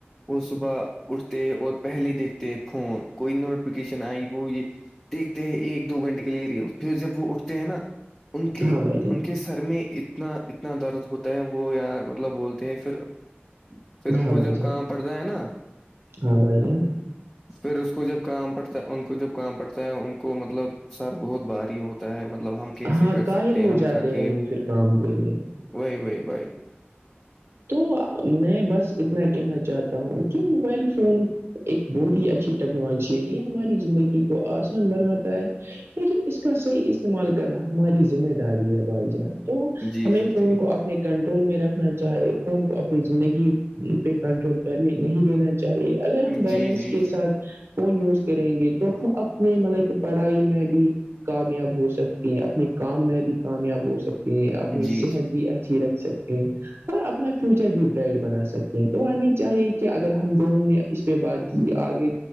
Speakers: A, in the centre; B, on the right.
A: وہ صبح اٹھتے ہیں اور پہلے دیکھتے ہیں فون کوئی نوٹیفکیشن آئی وہ یہ دیکھتے ہیں ایک دو گھنٹے کے لیے ریل پھر جب وہ اٹھتے ہیں نا ان کے
B: ہاں بھائی جان
A: ان کے سر میں اتنا اتنا درد ہوتا ہے وہ وہ یار مطلب بولتے ہیں پھر پھر ان
B: ہاں
A: کو
B: بھائی
A: جب
B: جان
A: کہاں پڑتا ہے نا
B: ہاں بھائی جان
A: پھر اس کو جب کام پڑتا ہے ان کو جب کام پڑتا ہے ان کو مطلب سر بہت بھاری ہوتا ہے مطلب ہم کیسے
B: ہاں
A: کر
B: کاہل
A: سکتے ہیں
B: ہو
A: ہم
B: جاتے
A: تھک گئے
B: ہیں وہ پھر کام کے لیے
A: وہی وہی بھائی
B: تو میں بس اتنا کہنا چاہتا ہوں کہ موبائل فون ایک بہت ہی اچھی ٹیکنالوجی ہے یہ ہماری زندگی کو آسان بناتا ہے لیکن اس کا صحیح استعمال کرنا ہماری ذمہ داری ہے بھائی جان تو
A: جی
B: ہمیں
A: جی
B: فون
A: جی
B: کو اپنے کنٹرول میں رکھنا چاہے ون کو اپنی زندگی پہ کنٹرول کرنے نہیں دینا چاہیے اگر
A: جی
B: ہم بیلنس
A: جی
B: کے
A: جی
B: ساتھ فون یوز کریں گے تو ہم اپنے مطلب کہ پڑھائی میں بھی کامیاب ہو سکتے اپنے کام میں بھی کامیاب ہو سکتے ہیں اپنی
A: جی
B: صحت
A: جی
B: بھی اچھی رکھ سکتے ہیں اور اپنا فیوچر بھی برائٹ بنا سکتے ہیں تو ہمیں چاہیے کہ اگر ہم دونوں نے اس پہ بات کی آگے